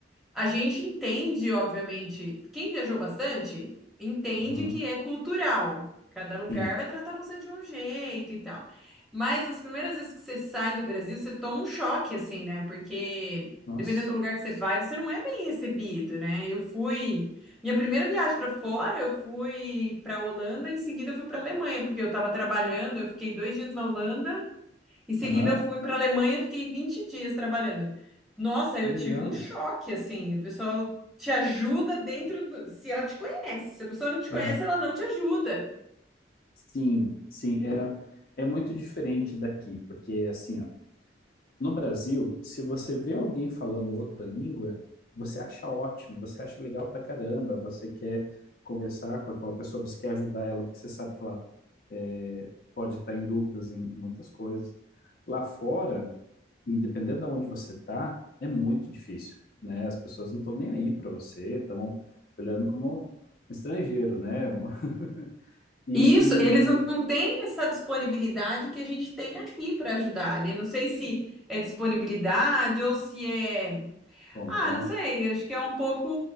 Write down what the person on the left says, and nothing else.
uhum,
sim.
Nossa.
Aham,
que
legal.
Aham.
Sim, sim, é, é muito diferente daqui, porque, assim, ó, No Brasil, se você vê alguém falando outra língua, você acha ótimo, você acha legal pra caramba, você quer conversar com aquela pessoa, você quer ajudar ela, porque você sabe que ela é, pode estar em dúvidas em muitas coisas. Lá fora, independente de onde você tá, é muito difícil, né? As pessoas não estão nem aí pra você, estão te olhando como um estrangeiro, né? <laughs> E,
e,
e-
vontade,